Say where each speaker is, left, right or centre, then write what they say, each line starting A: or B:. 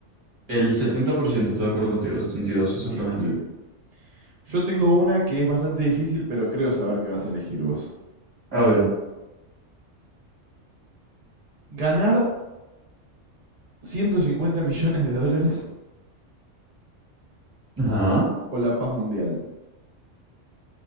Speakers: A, on the right; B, on the right.
A: El 70% está de acuerdo contigo, 72 exactamente.
B: Y sí. Yo tengo una que es bastante difícil, pero creo saber qué vas a elegir vos.
A: A ver,
B: ¿Ganar 150 millones de dólares
A: ajá.
B: o la paz mundial?